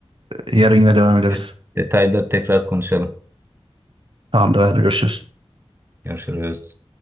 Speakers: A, on the right; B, on the right.
A: E, yarın yine devam ederiz.
B: Evet. Detayları tekrar konuşalım.
A: Tamamdır, hadi görüşürüz.
B: Görüşürüz.